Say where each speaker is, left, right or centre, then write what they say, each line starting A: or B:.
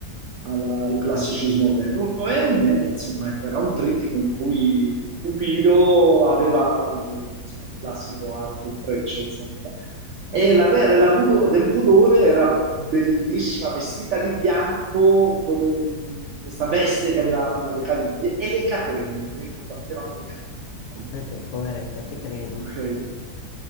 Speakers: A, on the right; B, on the left.
A: al, al classicismo greco e niente, insomma, ecco, era un trittico in cui Cupido aveva insomma, il classico arco e frecce, insomma, e
B: eh,
A: la dea della pudo- del pudore era bellissima, vestita di bianco, con un- questa veste che arrivava fino alle caviglie e le catene, lei combatteva con le catene contro
B: eh
A: Cupido.
B: beh, poveretta, ti credo.
A: Ok?